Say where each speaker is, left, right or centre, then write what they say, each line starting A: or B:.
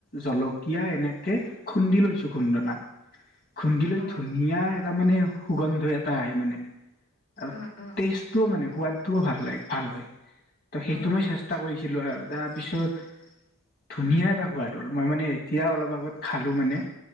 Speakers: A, on the left (about 45°); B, on the left (about 75°).
A: জলকীয়া এনেকে খুন্দি লৈছো খুন্দনাত খুন্দি লৈ
B: উম,
A: ধুনীয়া এ তাৰ মানে সুগন্ধ এটা আহে মানে আৰু
B: উম, উম,
A: তেজটোও মানে সোৱাদটোও ভাল লাগ ভাল হয় ত সেইটো
B: উম,
A: মই চেষ্টা কৰিছিলো আৰু তাৰপিছত ধুনীয়া এটা সোৱাদ হ'ল মই মানে এতিয়া অলপ আগত খালো মানে